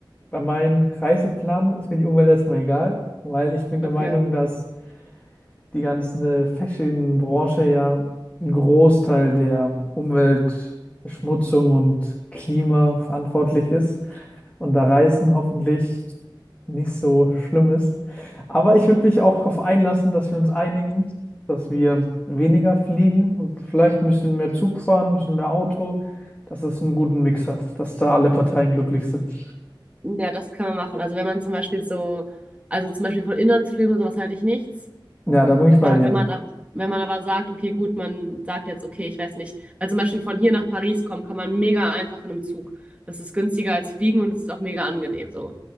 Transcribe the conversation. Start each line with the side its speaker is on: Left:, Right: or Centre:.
Left: bei meinem Reiseplan ist mir die Umwelt erstmal egal, weil ich bin der
Right: okay.
Left: Meinung, dass die ganze Fashion-Branche ja einen Großteil der Umweltverschmutzung und Klima verantwortlich ist und da Reisen hoffentlich nicht so schlimm ist. Aber ich würde mich auch darauf einlassen, dass wir uns einigen, dass wir weniger fliegen und vielleicht ein bisschen mehr Zug fahren, ein bisschen mehr Auto, dass es einen guten Mix hat, dass da alle Parteien glücklich sind.
Right: Ja, das kann man machen. Also wenn man zum Beispiel so, also zum Beispiel von Inlandsflügen und sowas halte ich nichts.
Left: Ja, da bin ich bei
Right: Ja,
Left: dir.
Right: wenn man, ab- wenn man aber sagt, okay, gut, man sagt jetzt, okay, ich weiß nicht, weil zum Beispiel von hier nach Paris kommen, kann man mega einfach in einem Zug. Das ist günstiger als fliegen und es ist auch mega angenehm so.